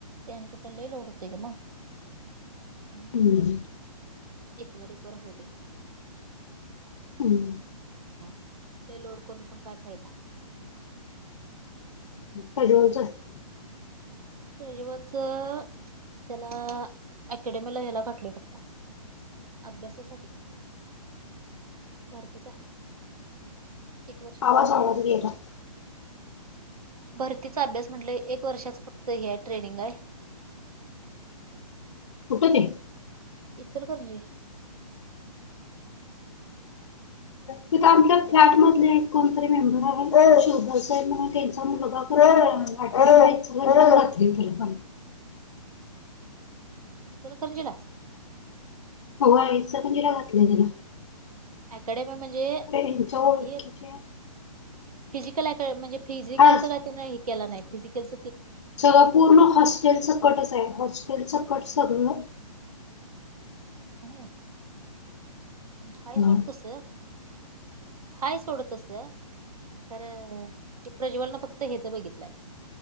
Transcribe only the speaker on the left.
हम्म
हम्म
<unintelligible>
आवाज
आवाज
गेला.
कुठं ते?
तिथ आमपल्या फ्लॅट मधले एक कोणतरी मेंबर आहे चैधरी साहेब म्हणून त्यांचा मुलगा त आटच बली वर पण घातली तुला पण
होय इचलकरंजीला घातलय त्याला
यांच्या ओळखीचे
हा
सगळं पूर्ण हॉस्टेलचं कटच आहे हॉस्टेलचं कटस सगळं
हा